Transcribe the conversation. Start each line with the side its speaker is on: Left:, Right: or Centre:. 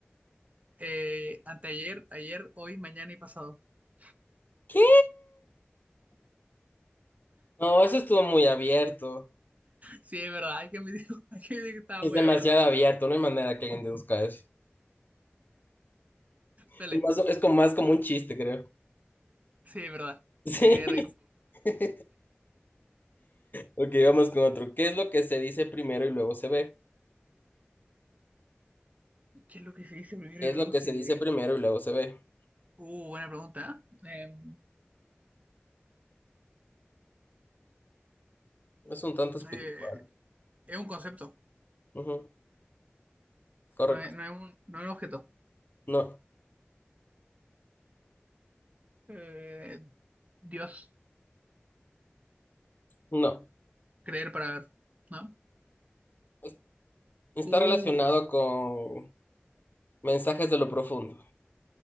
Right: Eh, anteayer, ayer, hoy, mañana y pasado. <laughs>
Left: ¿Qué? No, eso estuvo muy abierto.
Right: Sí, es verdad. Hay que admitir, <laughs> hay que admitir que estaba
Left: Es
Right: muy
Left: demasiado
Right: abierto.
Left: abierto, no hay manera que alguien deduzca eso.
Right: Dale.
Left: Y más o- es como más como un chiste, creo.
Right: Sí, es verdad.
Left: <laughs> Sí.
Right: Me quería reír un poco.
Left: <laughs> Ok, vamos con otro. ¿Qué es lo que se dice primero y luego se ve?
Right: ¿Qué es lo que se dice primero
Left: ¿Qué
Right: y luego
Left: es lo que
Right: se
Left: se dice
Right: ve?
Left: primero y luego se ve?
Right: Uh, buena pregunta. ¿eh?
Left: Es un tanto espiritual.
Right: Eh, eh, es un concepto,
Left: Ujú, Correcto.
Right: no es, no es un, no es un objeto.
Left: No,
Right: Eh, Dios,
Left: no.
Right: creer para ver, ¿no?
Left: Es- Está
Right: Uh,
Left: relacionado con mensajes de lo profundo